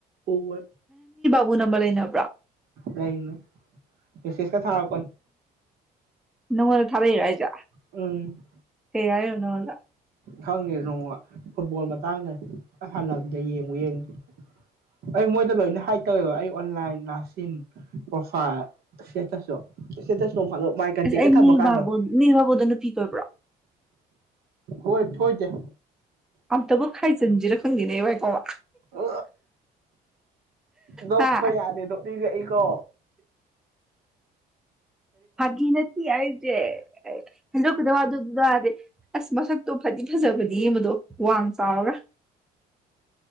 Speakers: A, on the right (about 65°); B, in the centre.
A: ꯑꯣꯏ
B: ꯄ ꯅꯝꯕ ꯂꯩꯩꯅ
A: ꯂꯩꯃꯅꯦ ꯃꯦꯁꯦꯖꯀꯥ ꯊꯔꯛꯄꯅꯦ
B: ꯅꯪꯉꯣꯟꯗ ꯊꯥꯗꯩꯔꯣ ꯑꯩꯖꯥ
A: ꯎꯝ
B: ꯅ ꯋꯥꯂ
A: ꯈꯪꯉꯦ ꯅꯣꯡꯃ ꯐꯨꯠꯕꯣꯜ ꯃꯇꯥꯡꯗ ꯍꯜꯂꯗ ꯌꯦꯡꯉꯨ ꯌꯦꯡꯗꯦ ꯑꯩ ꯃꯣꯏꯗ ꯂꯣꯏꯅ ꯍꯥꯏ ꯇꯧꯋꯦꯕ ꯑꯩ ꯑꯣꯟꯂꯥꯏꯟ ꯂꯥꯛꯁꯤꯟ ꯄ꯭ꯔꯣꯐꯥꯏꯜ ꯁꯤꯇꯁꯨꯗꯣ ꯁꯤꯇꯁꯨ ꯅꯣꯡꯃꯗꯣ ꯃꯥꯏ ꯀꯟꯇꯦꯛꯛꯇ
B: ꯑꯁ ꯑꯩ
A: ꯊꯝꯃꯀꯥꯟꯗꯣ
B: ꯅꯤꯔ ꯕꯥꯕꯨ ꯅꯤꯔ ꯕꯥꯕꯨꯗꯣ ꯅꯨꯄꯤ ꯀꯣꯏꯕ꯭ꯔꯣ
A: ꯍꯣꯏ ꯊꯣꯏꯗ
B: ꯑꯝꯇꯕꯨ ꯈꯥꯏꯖꯟꯖꯤꯔ ꯈꯪꯗꯤꯅꯦ ꯏꯀꯣꯃ
A: ꯑ ꯂ
B: ꯍꯥ
A: ꯀꯣꯏ ꯌꯥꯗꯦꯗ ꯒ ꯏꯀꯣ
B: ꯐ ꯅ ꯑꯖꯦ ꯍꯗꯗꯋꯥ ꯑꯗꯨꯗꯔꯦ ꯑꯁ ꯃꯁꯛꯇꯣ ꯐꯗꯤ ꯐꯖꯕꯗꯤ ꯃꯗꯣ ꯋꯥꯡ ꯆꯥꯎꯔꯒ